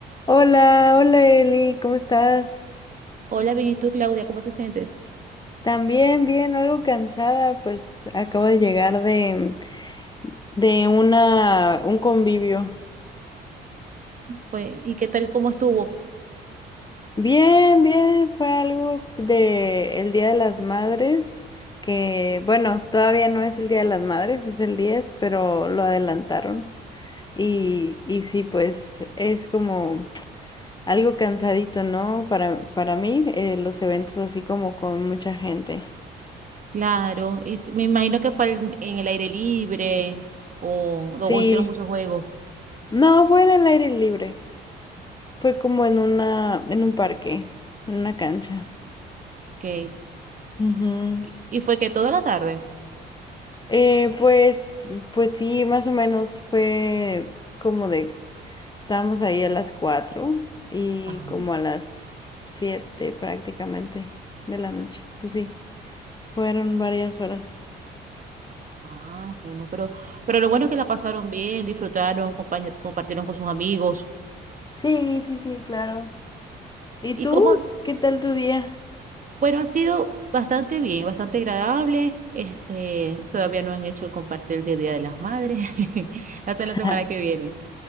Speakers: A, on the left (about 20°); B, on the right (about 40°).
A: Hola, hola Eli, ¿cómo estás?
B: Hola, bien, ¿y tú, Claudia? ¿Cómo te sientes?
A: También bien, algo cansada, pues acabo de llegar de, de una, un convivio.
B: Pues, ¿y qué tal, cómo estuvo?
A: Bien, bien, fue algo de el Día de las Madres, que bueno, todavía no es el Día de las Madres, es el 10, pero lo adelantaron. Y, y sí, pues es como algo cansadito, ¿no? Para, para mí, eh, los eventos así como con mucha gente.
B: Claro, y s- me imagino que fue al- en el aire libre o,
A: Sí.
B: o hicieron muchos juegos.
A: No, fue en el aire libre. Fue como en una, en un parque, en una cancha.
B: Okay.
A: Ujú.
B: Y y fue que toda la tarde.
A: Eh, pues, pues sí, más o menos fue como de, estábamos ahí a las 4 y
B: Ajá.
A: como a las 7 prácticamente de la noche. Pues sí, fueron varias horas.
B: Ah, bueno, pero, pero lo bueno es que la pasaron bien, disfrutaron, compañe- compartieron con sus amigos.
A: Sí, sí, sí, claro. ¿Y
B: ¿Y
A: tú?
B: cómo?
A: ¿Qué tal tu día?
B: Bueno, ha sido bastante bien, bastante agradable. Este, todavía no han hecho el compartir del Día de las Madres. <laughs> Hasta
A: <laughs>
B: la semana que viene.